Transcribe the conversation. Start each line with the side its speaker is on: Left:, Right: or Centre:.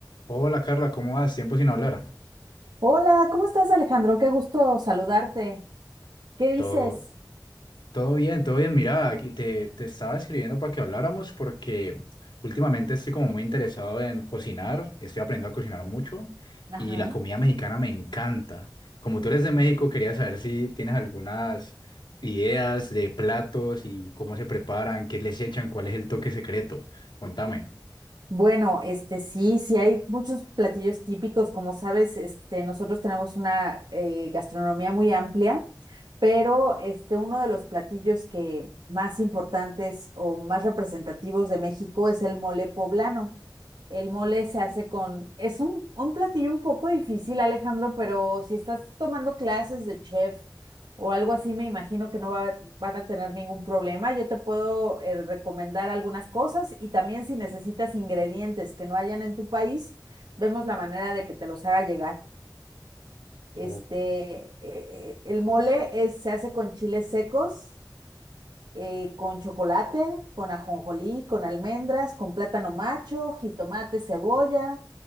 Left: Hola Carla, ¿cómo vas? Tiempo sin hablar.
Right: Hola, ¿cómo estás, Alejandro? Qué gusto saludarte. ¿Qué dices?
Left: Todo, todo bien, todo bien. Mira, aquí te, te estaba escribiendo para que habláramos porque últimamente estoy como muy interesado en cocinar, estoy aprendiendo a cocinar mucho
Right: Ajá.
Left: y la comida mexicana me encanta. Como tú eres de México, quería saber si tienes algunas ideas de platos y cómo se preparan, qué les echan, cuál es el toque secreto. Contame.
Right: Bueno, este sí, sí hay muchos platillos típicos, como sabes, este nosotros tenemos una eh, gastronomía muy amplia, pero este uno de los platillos que más importantes o más representativos de México es el mole poblano. El mole se hace con, es un, un platillo un poco difícil, Alejandro, pero si estás tomando clases de chef o algo así, me imagino que no va- van a tener ningún problema. Yo te puedo eh, recomendar algunas cosas y también si necesitas ingredientes que no hayan en tu país, vemos la manera de que te los haga llegar. Este,
Left: Ok,
Right: eh, el mole es- se hace con chiles secos eh, con chocolate, con ajonjolí, con almendras, con plátano macho, jitomate, cebolla,